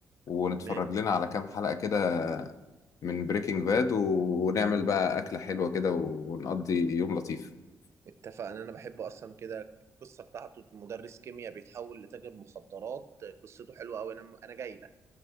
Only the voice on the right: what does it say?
ماشي
اتفقنا انا بحب اصلا كده القصه بتاعته مدرس كيمياء بيتحول لتاجر مخدرات قصته حلوه قوي انا انا جاي لك